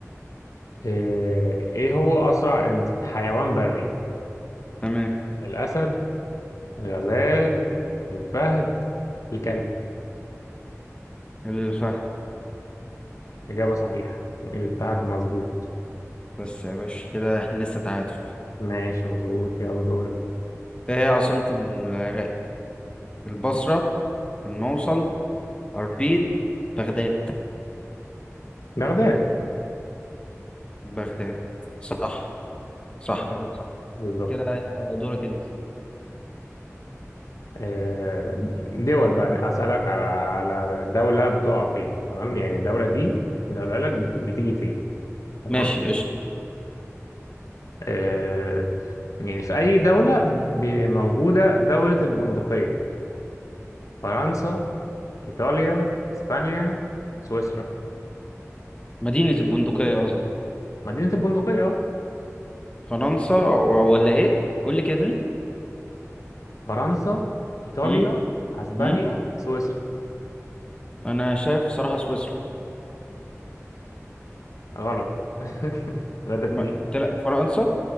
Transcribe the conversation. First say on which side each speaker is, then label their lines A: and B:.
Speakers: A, on the left (about 90°); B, on the left (about 20°).
A: إيه, إيه هو أسرع إنس- حيوان بري
B: تمام
A: الأسد الغزال الفهد الكلب
B: اللي فهد
A: إجابة صحيحة الفهد مظبوط
B: بس يا باشا كده احنا لسه تعادل
A: ماشي مظبوط يلا دورك
B: ايه هي عاصمة العراق البصرة الموصل أربيل بغداد
A: بغداد
B: بغداد صح صح بغداد صح
A: بالظبط
B: كده يبقى دورك انت
A: آه، دول بقى أسألك على على دولة بتقع فين تمام يعني الدولة دي لو قالك بت- بتيجي فين تمام
B: ماشي قشطة
A: آه، يعني في أي دولة بي- موجودة دولة البندقية فرنسا إيطاليا إسبانيا سويسرا
B: مدينة البندقية قصدك
A: مدينة البندقية آه.
B: فرنسا و- ولا ايه قول لي كده تاني
A: فرنسا إيطاليا
B: امم
A: أسبانيا
B: امم
A: سويسرا
B: انا شايف صراحة سويسرا
A: غلط <laughs> تلاتة
B: هما-
A: اتنين
B: تلا- فرنسا